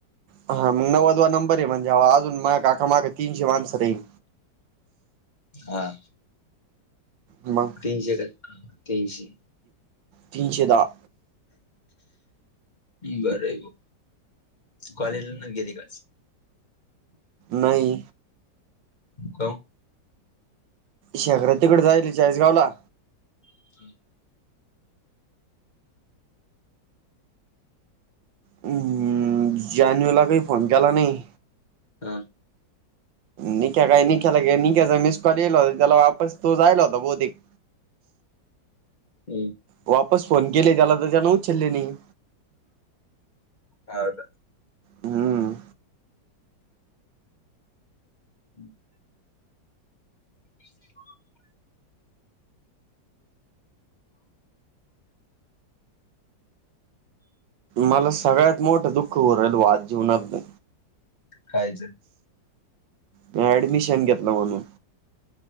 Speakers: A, on the right; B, on the left.
A: हा म नव्वदवा नंबर हे म्हणजे, ह वा अजून माज्या काका माग तीनशे माणसं राहील.
B: हा!
A: मंग!
B: तीनशे का त्यांशी.
A: तीनशे दहा!
B: बरय बॉ कॉलेजला नहीं गेली का आज?
A: नाही!
B: काहू!
A: शेखरा तिकडे जाईल चाळीसगावला.
B: <inaudible>
A: हू जानू ला बी फोन केला नही.
B: अ!
A: निक्या काय, निक्याला निक्याचा मिस कॉल येल होता, त्याला वापस तो जायल होता बहुतेक.
B: हू!
A: वापस फोन केले त्याला, तं त्यान उचलले नाही.
B: हा का!
A: हम्म.
B: <inaudible> <inaudible>
A: मला सगळ्यात मोठं दुःख हू राहिल बॉ आज जीवनातल.
B: कायांच!
A: मी ऍडमिशन घेतलं म्हणून.